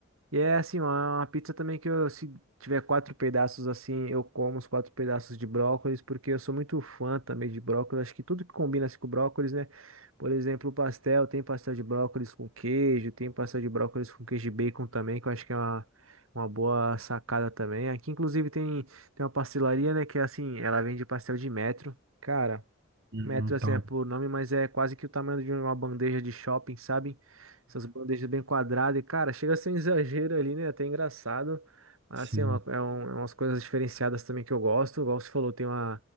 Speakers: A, on the right (about 80°); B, on the right (about 55°).
A: E é assim, uma uma pizza também que eu, se tiver quatro pedaços assim, eu como os quatro pedaços de brócolis, porque eu sou muito fã também de brócolis. Acho que tudo que combina assim, com brócolis, né? Por exemplo, o pastel, tem pastel de brócolis com queijo, tem pastel de brócolis com queijo e bacon também, que eu acho que é uma, uma boa sacada também. Aqui, inclusive, tem, tem uma pastelaria, né? Que é assim, ela vende pastel de metro. Cara.
B: Hum,
A: Metro, assim,
B: top.
A: é por nome, mas é quase que o tamanho de uma bandeja de shopping, sabe? Essas bandejas bem quadradas. E, cara, chega a ser um exagero ali, né? Até engraçado. Mas,
B: <laughs> sim.
A: assim, é, uma- é um- é umas coisas diferenciadas também que eu gosto. Igual você falou, tem uma...